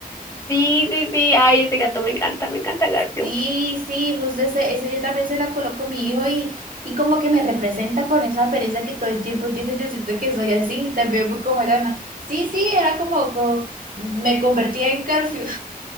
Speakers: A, on the left; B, on the right.
A: Sí, sí, sí, ay, ese gato me encanta, me encanta Garfield.
B: Sí, sí, justo ese, ese yo también se la coloco a mi hijo y, y como que me representa con esa pereza que todo el tiempo tiene. Yo siento que soy así, también muy como Elena. Sí, sí, era como, como- me convertía en Garfield.